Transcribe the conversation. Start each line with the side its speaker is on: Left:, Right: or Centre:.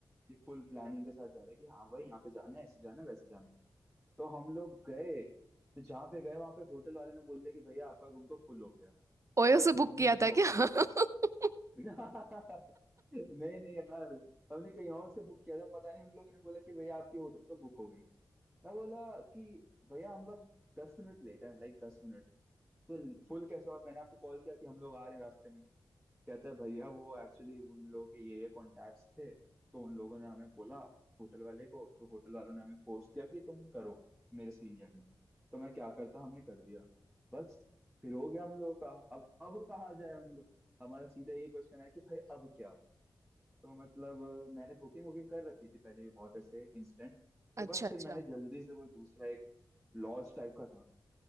Centre: कि फुल प्लानिंग के साथ जा रहे हैं कि हाँ भाई यहाँ पे जाना है ऐसे जाना है वैसे जाना है तो हम लोग गए तो जहाँ पे गए वहां पे होटल वाले ने बोल दिया कि भैया आपका रूम तो फुल हो गया
Right: ओयो
Centre: उसको
Right: से बुक
Centre: हमने
Right: किया
Centre: किसी
Right: था
Centre: और
Right: क्या
Centre: को दे
Right: <laughs>
Centre: दिया <laughs> नहीं नहीं यार हमने कहीं और से बुक किया था पता नहीं उन लोगों ने बोला कि भैया आपकी होटल तो बुक हो गई मैं बोला कि भैया हम बस दस मिनट लेट है लाइक दस मिनट तो फुल कैसे और मैंने आपको कॉल किया कि हम लोग आ रहे हैं रास्ते में कहता है भैया वो एक्चुअली उन लोगों के ये ये कॉन्टैक्ट्स थे तो उन लोगों ने हमें बोला होटल वाले को तो होटल वालों ने हमें फोर्स किया कि तुम करो मेरे सीनियर ने तो मैं क्या करता हमने कर दिया बस फिर हो गया हम लोगों का अब अब कहाँ जाए हम लोग हमारा सीधा ये क्वेश्चन है कि भाई अब क्या तो मतलब अ, मैंने बुकिंग वुकिंग कर रखी थी पहले भी बहुत ऐसे इंस्टेंट तो
Right: अच्छा
Centre: बस
Right: अच्छा
Centre: फिर मैंने जल्दी से कोई दूसरा एक लॉज टाइप का था